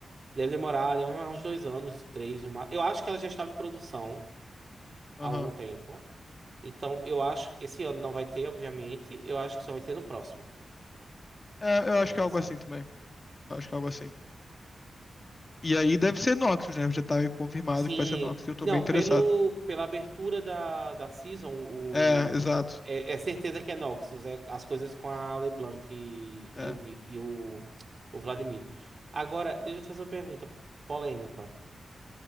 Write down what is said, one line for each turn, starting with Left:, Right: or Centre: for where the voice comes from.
Right: Deve demorar, deve demorar uns dois anos, três, no ma- Eu acho que ela já estava em produção
Left: Aham.
Right: há algum tempo. Então, eu acho que esse ano não vai ter, obviamente. Eu acho que só vai ter no próximo.
Left: É, eu
Right: Ela
Left: acho
Right: vai
Left: que
Right: lançar.
Left: é algo assim também. Eu acho que é algo assim. E aí deve ser Noxus, né? Já tá meio confirmado
Right: Sim.
Left: que vai ser Noxus eu tô
Right: Não,
Left: bem interessado.
Right: pelo, pela abertura da, da season, o,
Left: É, exato.
Right: é, é certeza que é Noxus. É as coisas com a LeBlanc e,
Left: É.
Right: e, o, Vi- e o, o Vladimir. Agora, deixa eu te fazer uma pergunta polêmica.